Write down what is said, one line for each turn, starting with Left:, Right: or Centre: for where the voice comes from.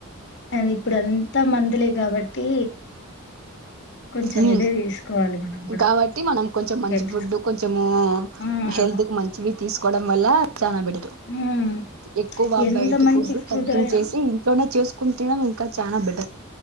Left: అని ఇప్పుడు అంతా మందులే కాబట్టి కొంచెం
Right: ఉమ్
Left: ఇదే తీసుకోవాలి మనం కూడా
Right: కాబట్టి మనం కొంచెం మంచి
Left: కేర్ తీస్
Right: ఫుడ్ కొంచము
Left: హ్మ్
Right: హెల్త్ కు మంచివి తీసుకోవడం వల్ల చ పెటిటు
Left: హ్మ్
Right: ఎక్కువ
Left: ఎంత
Right: బబయటి
Left: మంచి
Right: ఫుడ్
Left: ఫ్రూట్
Right: తగ్కిించేసి
Left: అయినా
Right: ఇంట్లోనే చేసుకుని తినడం ఇంకా చాలనా బట్